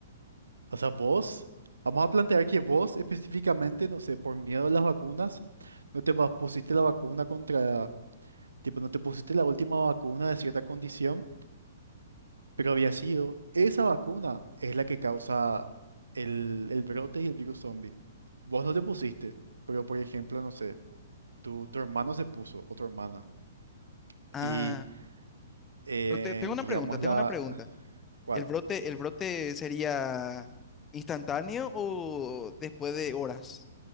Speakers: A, on the right; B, on the left.
A: o sea, vos, vamos a plantear que vos específicamente, no sé, por miedo a las vacunas, no te va- pusiste la vacuna contra Tipo, no te pusiste la última vacuna de cierta condición, pero había sido. Esa vacuna es la que causa el, el brote y el virus zombie. Vos no te pusiste, pero por ejemplo, no sé, tu, tu hermano se puso o tu hermana.
B: Ah,
A: Y eh,
B: pero te- tengo una
A: digamos
B: pregunta, tengo
A: la...
B: una pregunta.
A: ¿Cuál?
B: ¿El brote, el brote sería instantáneo o después de horas?